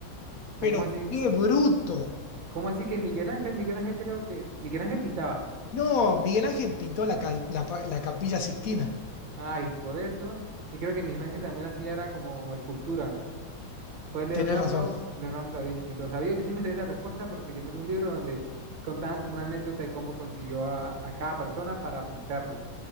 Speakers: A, on the right (about 70°); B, on the left (about 60°).
A: ¿Cómo
B: pero
A: así,
B: qué bruto.
A: cómo así que Miguel Ángel? Miguel Ángel creo que... Miguel Ángel pintaba.
B: No, Miguel Ángel pintó la, ca- la pa- la Capilla Sixtina.
A: Ay, por eso. Y creo que Miguel Ángel también hacía era como escultura. Fue Leonardo,
B: Tenés razón.
A: Leonardo da Vinci. Lo sabía, yo sí me sé esa respuesta porque yo me leí un libro donde contaban como una anécdota de cómo consiguió a, a cada persona para pintarlas.